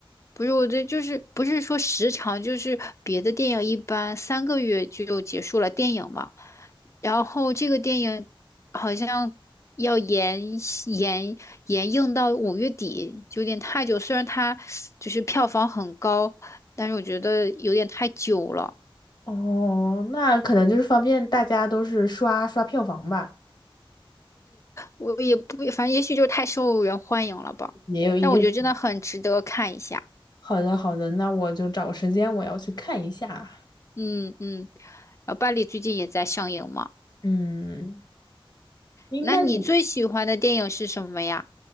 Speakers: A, on the left (about 30°); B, on the left (about 50°).
A: 不是，我这就是不是说时长，就是别的电影一般三个月就结束了电影嘛，然后这个电影好像要延延延映到五月底，就有点太久。虽然它就是票房很高，但是我觉得有点太久了。
B: 哦，那可能就是方便大家都是刷刷票房吧，
A: 我也不，反正也许就是太受人欢迎了吧。
B: 也有也有。
A: 但我觉得真的很值得看一下。
B: 好的，好的，那我就找个时间我要去看一下。
A: 嗯嗯，然后巴黎最近也在上映嘛。
B: 嗯，
A: 那你最喜欢的电影是什么呀？
B: 你那你，